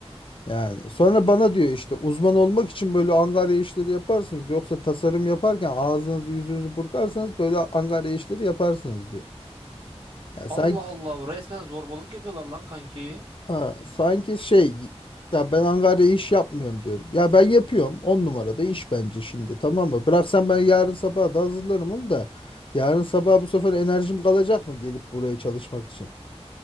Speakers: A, on the left; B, on the right.
A: Yani sonra bana diyor işte uzman olmak için böyle angarya işleri yaparsınız. Yoksa tasarım yaparken ağzınızı yüzünüzü burkarsanız böyle angarya işleri yaparsınız diyor. Ya
B: Allah
A: sanki
B: Allah resmen zorbalık yapıyorlar lan kanki.
A: Ha, sanki şey ya ben Ankara'ya iş yapmıyorum diyorum. Ya ben yapıyorum. on numarada iş bence şimdi tamam mı? Bıraksan ben yarın sabah da hazırlarım onu da. Yarın sabah bu sefer enerjim kalacak mı gelip buraya çalışmak için?